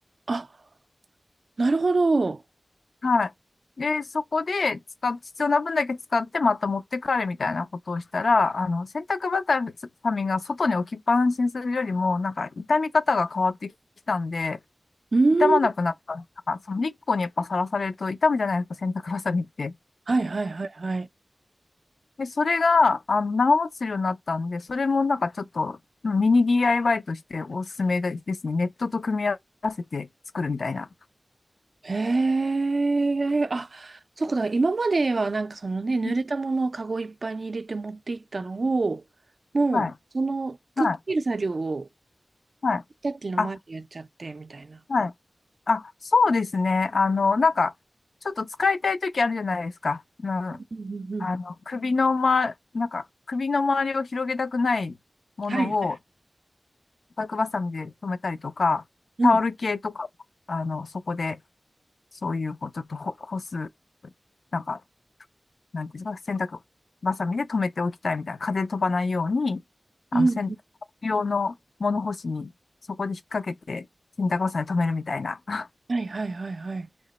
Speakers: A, on the right (about 70°); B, on the left (about 80°).
A: あ、なるほど。
B: はい。で、そこで使っ、必要な分だけ使ってまた持って帰るみたいなことをしたら、あの、洗濯バサミが外に置きっぱなしにするよりも、なんか傷み方が変わってきたんで、
A: うん。
B: 傷まなくなった。なんかその日光にやっぱさらされると傷むじゃないですか、洗濯バサミって。
A: はいはいはいはい。
B: で、それが、あの、長持ちするようになったんで、それもなんかちょっと、うんミニ DIY としておすすめですね。ネットと組み合わせて作るみたいな。
A: へえ。あ、そうか。だから今まではなんかそのね、濡れたものをカゴいっぱいに入れて持っていったのを、
B: うん
A: もうそのくっつける作業を
B: はい、はい、はい。
A: さっきの前でやっちゃってみたいな。
B: あ、はい。あ、そうですね。あの、なんか、ちょっと使いたい時あるじゃないですか。な
A: うんうんうん。
B: あの、首のま、なんか、首の周りを広げたくないものを、
A: はいはい。
B: バックバサミで留めたりとか、
A: うん
B: タオル系とか、あの、そこでそういう、こう、ちょっとほ干す、なんか、なんていうんですか、洗濯バサミで留めておきたいみたいな、風飛ばないように、あの、
A: うん。
B: 洗濯用の物干しに、そこで引っ掛けて、洗濯バサミで留めるみたいな。<laughs>
A: はいはいはいはい。